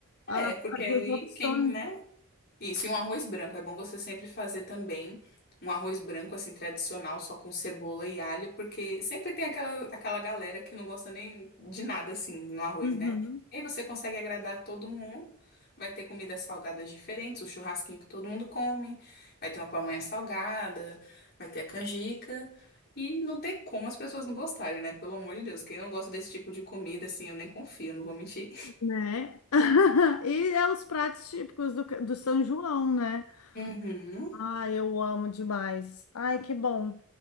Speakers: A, on the left; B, on the left.
A: A-
B: É, porque
A: As
B: aí
A: duas opções.
B: quem, né? Isso, e um arroz branco. É bom você sempre fazer também um arroz branco, assim, tradicional, só com cebola e alho, porque sempre tem aquela, aquela galera que não gosta nem de nada, assim, no arroz,
A: Uhum,
B: né? E aí você consegue agradar todo mundo. Vai ter comidas salgadas diferentes, o churrasquinho que todo mundo come, vai ter uma pamonha salgada, vai ter a canjica. E não tem como as pessoas não gostarem, né? Pelo amor de Deus, quem não gosta desse tipo de comida, assim, eu nem confio, não vou mentir.
A: né? <laughs> E é os pratos típicos do, do São João, né?
B: <laughs>
A: Ai, eu amo demais. Ai, que bom.